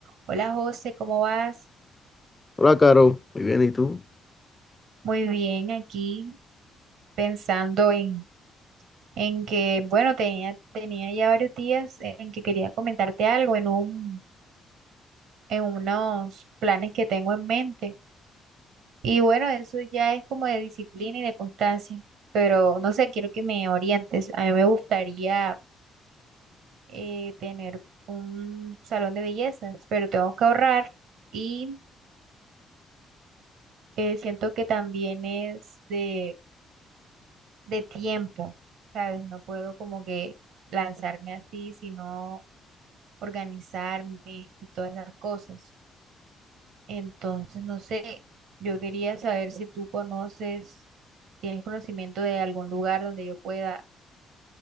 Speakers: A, on the right; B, on the left.
A: Hola José, ¿cómo vas?
B: Hola, Caro. Muy bien, ¿y tú?
A: Muy bien, aquí pensando en, en que, bueno, tenía, tenía ya varios días en que quería comentarte algo en un, en unos planes que tengo en mente. Y bueno, eso ya es como de disciplina y de constancia, pero no sé, quiero que me orientes. A mí me gustaría eh, tener un salón de bellezas, pero tengo que ahorrar y eh, siento que también es de de tiempo, ¿sabes? No puedo como que lanzarme así, sino organizarme y todas las cosas. Entonces, no sé, yo quería saber si tú conoces, tienes conocimiento de algún lugar donde yo pueda